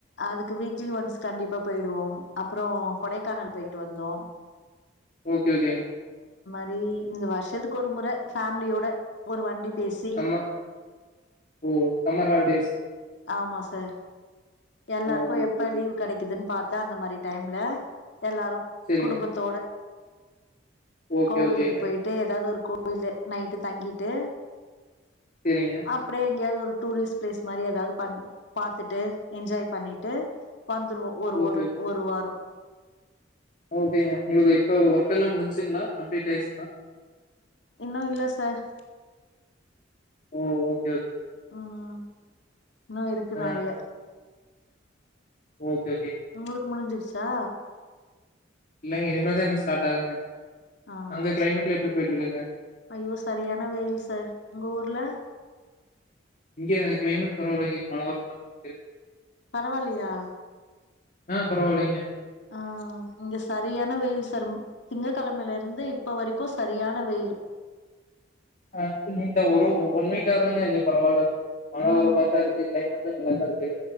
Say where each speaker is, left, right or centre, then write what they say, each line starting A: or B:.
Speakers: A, on the left; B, on the left.
A: அதுக்கு வீக்லி ஒன்ஸ் கண்டிப்பா போயிடுவோ அப்றோ கொடைக்கானல் போய்ட்டு வந்தோ
B: ஓகே ஓகேங்க
A: <unintelligible> இந்த வருஷத்துக்கு ஒரு முற பேமிலியோட ஒரு வண்டி பேசி
B: <unintelligible> ஓ சம்மர் ஹாலிடேஸ்
A: ஆமா சார் எல்லாருக்கு
B: ஆ ஓகே
A: எப்ப
B: ஓகே
A: லீவ் கெடைக்குதுன் பாத்தா அந்த மாதிரி டைம்ல எல்லாரு
B: சேரிங்க
A: குடும்பத்தோட
B: ஓகே
A: கோவிலுக்கு
B: ஓகேங்க
A: போயிட்டு எதாவது ஒரு <inaudible> நைட்டு தங்கிட்டு
B: சேரிங்க
A: அப்டே எங்யாவ்து ஒரு டூரிஸ் பிலேஸ் மாரி எதாவ்து பன்னு பாத்துட்டு என்ஜாய் பண்ணிட்டு வந்துருவோ ஒரு
B: ஓகே
A: ஒருவ் ஒரு வாரோ
B: ஓகேங்க உங்ளுக்கு இப்ப ஒர்க் எல்லா முடிஞ்சுங்ளா கம்ப்ளீட் ஆயிருச்சுங்ளா
A: இன்னு இல்ல சார்
B: ஓ ஓக்
A: ம் ம் இன்னு இருக்கு
B: ஆ.
A: நறைய
B: ஓகே, ஓகே.
A: உங்குளுக் முடிஞ்சிருச் தா
B: இல்லைங்க இனிமேல்தா எனக் ஸ்டாட் ஆகுங்க
A: ஆஹ்
B: அங்க கிளைமேட்லாம்
A: சரி
B: எப்படி போயிட்டு இருக்குங்க?
A: ஐயோ சரியான வெயில் சார் உங்க ஊர்ல
B: இங்க கிளைமேட் பரவால்லைங்க மழை வர <unintelligible>
A: பரவால்லியா
B: ஆஹ் பரவால்லைங்க
A: ஆஹ் இங்க சர் ரியான வெயில் சர் ம் திங்க கெழமைலருந்து இப்ப வரைக்கு சரியான வெயிலு
B: அஹ் இந்த ஒரு ஒன் வீக்கா தாங்க இங்க பரவால்ல மழ
A: ம்
B: வர்ற மாரிதா க்ளைமேட் ல்ல நல்லாதாருக்கு